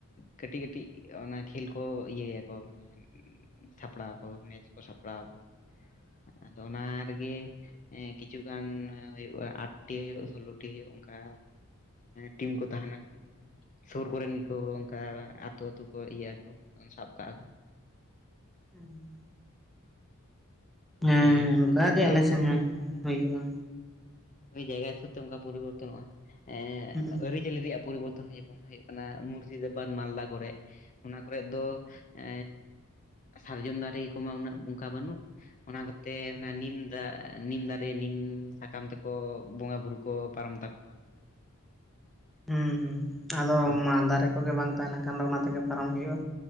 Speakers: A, on the left; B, in the centre.
A: ᱠᱟᱹᱴᱤᱡ ᱠᱟᱹᱴᱤᱡ ᱚᱱᱟ ᱠᱷᱮᱞ ᱠᱚ ᱤᱭᱟᱹ ᱭᱟᱠᱚ ᱢᱟᱱᱮ ᱥᱟᱯᱲᱟᱣ ᱟᱠᱚ ᱢᱮᱪ ᱠᱚ ᱥᱟᱯᱲᱟᱣ ᱟᱠᱚ᱾ ᱟᱫᱚ ᱚᱱᱟ ᱨᱮᱜᱮ ᱦᱮᱸ ᱠᱤᱪᱷᱩᱜᱟᱱ ᱦᱩᱭᱩᱜᱼᱟ ᱟᱴᱴᱤ ᱦᱩᱭᱩᱜ ᱥᱳᱞᱞᱳ ᱴᱤ ᱦᱩᱭᱩᱜ ᱚᱱᱠᱟ ᱴᱤᱢ ᱠᱚ ᱛᱟᱦᱮᱱᱟᱠᱚ ᱥᱩᱨ ᱠᱚᱨᱮᱱ ᱜᱮᱠᱚ ᱚᱱᱠᱟ ᱟᱛᱩ ᱟᱛᱩ ᱠᱚ ᱤᱭᱟᱹ ᱠᱚ ᱥᱟᱵ ᱠᱟᱜᱼᱟ ᱠᱚ᱾
B: <inaudible>
A: ᱚᱱᱠᱟ
B: ᱦᱮᱸ
A: ᱡᱟᱭᱜᱟ
B: ᱦᱮᱸ
A: ᱦᱤᱥᱟᱹᱵ
B: ᱱᱚᱝᱠᱟᱜ
A: ᱛᱮ ᱚᱱᱠᱟ
B: ᱜᱮ ᱟᱞᱮ ᱥᱮᱱ ᱦᱚᱸ ᱦᱩᱭᱩᱜᱼᱟ
A: ᱡᱟᱭᱜᱟ ᱦᱤᱥᱟᱹᱵ ᱛᱮ ᱚᱱᱠᱟ ᱯᱚᱨᱤ ᱵᱚᱨᱛᱚᱱᱚᱜᱼᱟ ᱮ
B: ᱦᱩᱸ
A: <unintelligible> ᱠᱷᱮᱞ ᱨᱮᱭᱟᱜ ᱯᱚᱨᱤᱵᱚᱨᱛᱚᱱ ᱦᱩᱭᱩᱜ ᱠᱟᱱᱟ ᱢᱩᱨᱥᱤᱫᱟᱵᱟᱫᱽ ᱢᱟᱞᱫᱟ ᱠᱚᱨᱮ ᱚᱱᱟ ᱠᱚᱨᱮᱫ ᱫᱚ ᱮ ᱥᱟᱨᱡᱚᱢ ᱫᱟᱨᱮ ᱠᱚᱢᱟ ᱩᱱᱟᱹᱜ ᱚᱝᱠᱟ ᱵᱟᱹᱱᱩᱜ ᱚᱱᱟ ᱠᱚᱛᱮ ᱚᱱᱟ ᱱᱤᱢ ᱫᱟ ᱱᱤᱢ ᱫᱟᱨᱮ ᱱᱤᱢ ᱥᱟᱠᱟᱢ ᱛᱮᱠᱚ ᱠᱚ ᱵᱚᱸᱜᱟ ᱵᱳᱩᱨᱩ ᱠᱚ ᱯᱟᱨᱚᱢ ᱛᱟᱠᱚᱣᱟ
B: ᱦᱩᱸ ᱦᱩᱸ ᱟᱫᱚ
A: ᱦᱳᱭ
B: ᱢᱟᱫ ᱫᱟᱨᱮ ᱠᱚᱜᱮ ᱵᱟᱝ ᱛᱟᱦᱮᱸ ᱞᱮᱱ ᱠᱷᱟᱱ ᱫᱚ ᱚᱱᱟ ᱛᱮᱜᱮ ᱯᱟᱨᱚᱢ ᱦᱩᱭᱩᱜᱼᱟ